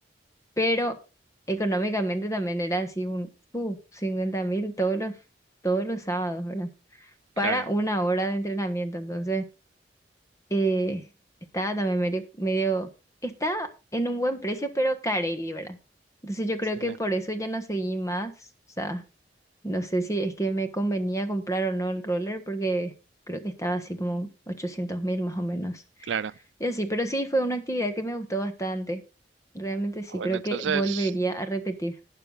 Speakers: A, on the left; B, on the right.
A: pero económicamente también era así un uh, cincuenta mil todos los, todos los sábados, ¿verdad?
B: Claro,
A: Para una hora de entrenamiento. Entonces, eh, estaba también medio, medio, está en un buen precio, pero carelli, ¿verdad? Entonces yo creo
B: sí,
A: que por eso ya no seguí más. O sea, no sé si es que me convenía comprar o no el roller, porque creo que estaba así como ochocientos mil más o menos.
B: claro.
A: Y así, pero sí, fue una actividad que me gustó bastante. Realmente sí,
B: Bueno,
A: creo
B: entonces...
A: que volvería a repetir.